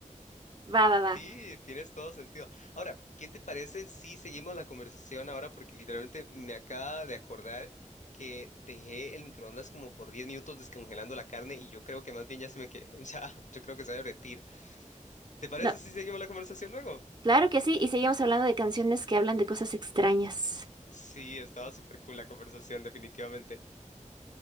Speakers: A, on the right; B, on the left.
A: Va, va, va.
B: Sí, tienes todo sentido. Ahora, ¿qué te parece si seguimos la conversación ahora? Porque literalmente me acaba de acordar que dejé el microondas como por 10 minutos descongelando la carne y yo creo que más bien ya se me que <laughs> ya, yo creo que se va a derretir. ¿Te parece
A: No,
B: si seguimos la conversación luego?
A: claro que sí, y seguimos hablando de canciones que hablan de cosas extrañas.
B: Sí, estaba súper cool la conversación, definitivamente.